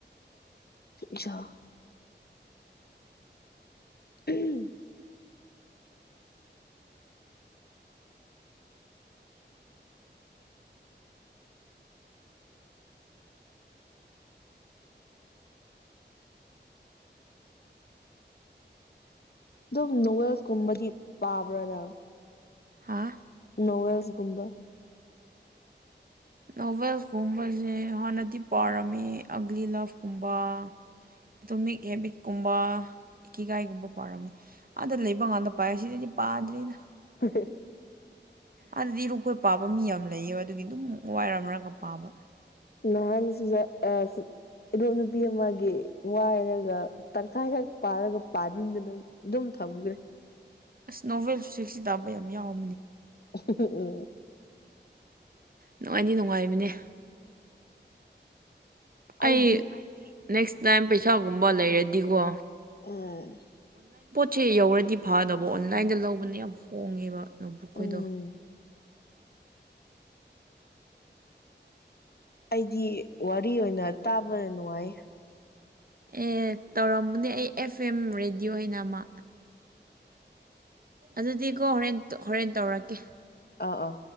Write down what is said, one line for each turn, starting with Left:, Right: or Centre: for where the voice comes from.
Left: ꯆꯥ ꯎꯝ ꯑꯗꯨꯝ ꯅꯣꯋꯦꯜꯁꯀꯨꯝꯕꯗꯤ ꯄꯥꯕ꯭ꯔꯥꯗ
Right: ꯍꯥꯥ
Left: ꯅꯣꯋꯦꯜꯁꯒꯨꯝꯕ
Right: ꯅꯣꯚꯦꯜꯁꯀꯨꯝꯕꯁꯦ ꯍꯥꯟꯅꯗꯤ ꯄꯥꯔꯝꯃꯦ ꯑꯒ꯭ꯂꯤ ꯂꯞꯀꯨꯝꯕ ꯑꯗꯨ ꯃꯤꯠ ꯍꯦꯕꯤꯠꯀꯨꯝꯕ ꯏꯀꯦꯒꯥꯏꯒꯨꯝꯕ ꯄꯥꯔꯝꯃꯤ ꯑꯥꯗ ꯂꯩꯕ ꯀꯥꯟꯗ ꯄꯥꯏ ꯁꯤꯗꯗꯤ ꯄꯥꯗ꯭ꯔꯦꯅ
Left: ꯎ
Right: ꯑꯗꯨꯗꯤꯔꯨꯈꯣꯏ ꯄꯥꯕ ꯃꯤ ꯌꯥꯝ ꯂꯩꯌꯦꯕ ꯑꯗꯨꯒꯤ ꯑꯗꯨꯝ ꯋꯥꯏꯔꯝꯔꯒ ꯄꯥꯕ
Left: ꯅꯍꯥꯟ ꯑ ꯑꯗꯣ ꯅꯨꯄꯤ ꯑꯃꯒꯤ ꯋꯥꯏꯔꯒ ꯇꯪꯈꯥꯏꯈꯛ ꯄꯥꯔꯒ ꯄꯥꯅꯤꯡꯗꯅ ꯑꯗꯨꯝ ꯊꯝꯒ꯭ꯔꯦ
Right: ꯑꯁ ꯅꯣꯕꯦꯜꯁꯨꯁ ꯁꯤ ꯇꯥꯕ ꯌꯥꯝ ꯌꯥꯎꯋꯦ
Left: ꯑꯣ ꯑꯣ
Right: ꯅꯨꯡꯉꯥꯏꯅꯤ ꯅꯨꯡꯉꯥꯏꯕꯅꯦ ꯑꯩ
Left: ꯑꯩꯗꯤ
Right: ꯅꯦꯛꯁ ꯇꯥꯏꯝ ꯄꯩꯁꯥꯒꯨꯝꯕ ꯂꯩꯔꯗꯤꯀꯣ
Left: ꯎꯝ
Right: ꯆꯦ ꯌꯧꯔꯗꯤ ꯐꯗꯧꯕ ꯑꯣꯟꯂꯥꯏꯟꯗ ꯂꯧꯕꯅ ꯌꯥꯝ ꯍꯣꯡꯉꯦꯕ ꯅꯣꯕꯨꯛꯈꯣꯏꯗꯣ
Left: ꯎꯝ ꯑꯩꯗꯤ ꯋꯥꯔꯤ ꯑꯣꯏꯅ ꯇꯥꯕꯗ ꯅꯨꯡꯉꯥꯏ
Right: ꯑꯦ ꯇꯧꯔꯃꯅꯦ ꯑꯩ ꯑꯦꯐ ꯑꯦꯝ ꯔꯦꯗꯤꯌꯑꯣ ꯍꯥꯏꯅ ꯑꯃ ꯑꯗꯨꯗꯤꯀꯣ ꯍꯣꯔꯦꯟ ꯍꯣꯔꯦꯟ ꯇꯧꯔꯛꯀꯦ
Left: ꯑꯥ ꯑꯥ